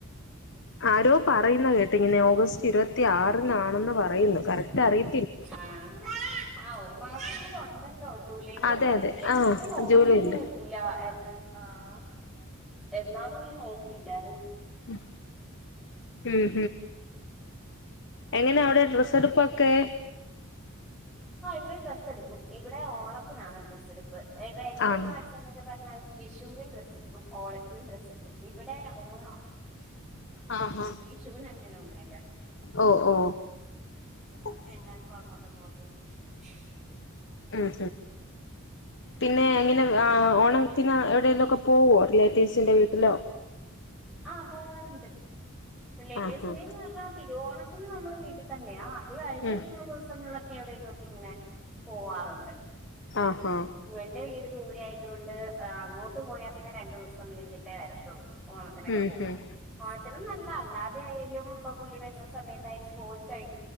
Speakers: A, on the left; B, in the centre.
A: ആരോ പറയുന്ന കേട്ട് ട്ടിങ്ങനെ ഓഗസ്റ്റ് ഇരുപത്തി ആറിനാണെന്ന് പറയുന്നു കറക്റ്റ് അറിയ
B: ആഹ് ആഹ് ഒരു മാസം കൂടൊണ്ടല്ലോ ജൂലൈയും കൂടെ
A: അതെ
B: കെടപ്പില്ലെ
A: അതെ
B: ഞാനൊന്ന്
A: ആഹ്
B: നോക്കിയൊന്നുംല്ല
A: ജൂലൈയില്
B: എന്നാ ആഹ് എന്നാന്ന് ഒന്നും നോക്കിയില്ലാര്ന്ന്
A: ഉം ഉം ഹ്എങ്ങനെ അവിടെ ഡ്രസ്സ്എടുപ്പൊക്കെ
B: ആഹ ഇവിടെ ഡ്രസ്സ് എടുക്കും ഇവിടെ ഓണത്തിനാണ് ഡ്രസ്സ് എടുപ്പ് ഇപ്പൊ എന്റെ
A: ആണ്
B: നാട്ടിൽ എന്നൊക്കെ പറഞ്ഞാ വിഷുവിനും ഡ്രസ്സ്ട്ക്കും ഓണത്തിനും ഡ്രസ്സ്ട്ക്കും ഇവിടെ ഓണാണ് ആഘേഷം
A: അഹ
B: വിഷൂന് അങ്ങനെ ഒന്നൂല്ല
A: ഓ ഓ ഉ
B: പിന്നെ എല്ലാവർക്കും അങ്ങോട്ടും ഇങ്ങോട്ടും എടുക്കും.
A: ഉ പിന്നെ
B: ഉം.
A: എങ്ങനെ ആഹ് ഓണത്തിന് എവിടേലൊക്കെ പോവോ റിലേറ്റീവ്സിന്റെ വീട്ടിലൊ
B: ആഹ് പോവാറുണ്ട് റിലേറ്റീവ്സിന്റേന്ന്
A: ആഹാ
B: പറഞ്ഞാ തിരുവോണത്തിന് നമ്മൾ വീട്ടി തന്നെയാ അത് കഴിഞ്ഞിട്ടുള്ള
A: ഉം
B: ദിവസങ്ങളിലൊക്കെ എവിടെലും ഒക്ക ഇങ്ങനെ പോവാറുണ്ട്.
A: അഹ ആഹ
B: <unintelligible> വീട് ദൂരെ ആയതുകൊണ്ട് അങ്ങോട്ട് പോയാൽ പിന്നെ രണ്ടൂസം നിന്ന്ട്ടെ വരത്തള്ളൂ. ഓണത്തിനൊക്കെ
A: ഉം
B: പോവും
A: ഉം
B: ഓണത്തിനന്നുല്ല അല്ലാതെ ആയാലും ഇപ്പ പുള്ളി വരുന്ന സമയത്തായാലും പോയി